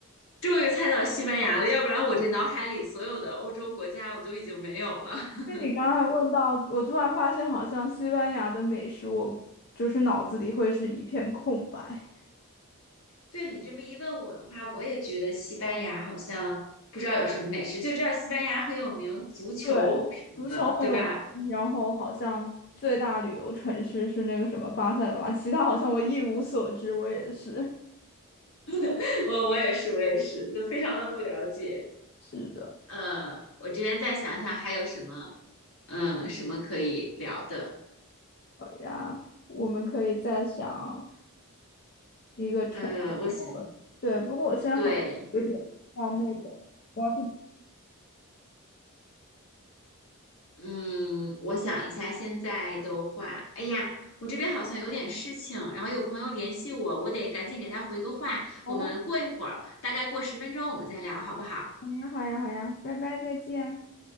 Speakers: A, on the left (about 65°); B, on the left (about 45°).
A: 终于猜到西班牙了，要不然我这脑海里所有的欧洲国家我都已经没有了。<laughs>
B: 因为你刚才问到，我突然发现，好像西班牙的美食，我就是脑子里会是一片空白。
A: 对你这么一问我的话，我也觉得西班牙好像不知道有什么美食，就知道西班牙很有名足球什么的，
B: 对，足球很有名，
A: 对吧？
B: 然后好像最大旅游城市是那个什么巴塞罗那，其他好像我一无所知。我也是，
A: <laughs> 我我也是，我也是，就非常的不了解。
B: 是的。
A: 呃，我这边再想想还有什么，嗯、呃什么可以聊的？
B: 呀，我们可以再想一个城市。
A: 呃，我想，
B: 不过对，不过我现在好像有点像那个，
A: 对，
B: 我要去。
A: 嗯，我想一下，现在的话，哎呀，我这边好像有点事情，然后有朋友联系我，我得赶紧给他回个话。
B: 好呀，
A: 我们过一会儿，大概过十分钟，我们再聊，好不好？
B: 好呀，好呀，好呀，拜拜，再见。